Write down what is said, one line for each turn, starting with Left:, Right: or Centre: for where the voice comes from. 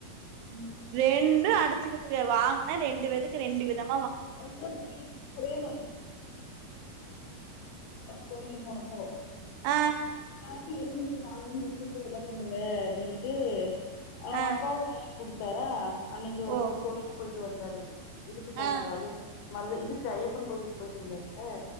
Left: ம்
Right: ரெண்டு அடிச்சுக்குதுக வாங்குனா ரெண்டு வெதுக்கு ரெண்டு விதம்
Left: <unintelligible> <unintelligible> அழுதுட்டேர்ந்தா கோயில்ல போனப்போ
Right: அ
Left: <inaudible> என்ன பண்ணுவ அப்டின்னுட்டு அவுங்க
Right: ஆ
Left: அப்பாவு வயில் குடுத்தாரா அன்னக்கி ஒருதொ
Right: ஓ
Left: கோய்லுக் போய்ட்டு வந்தாரு இதுக்கு போனர்
Right: ஆ
Left: ஐயப் மருத இதுக்கு ஐயப்பன் கோய்லுக்கு போயிட்டு வந்தார்ப்ப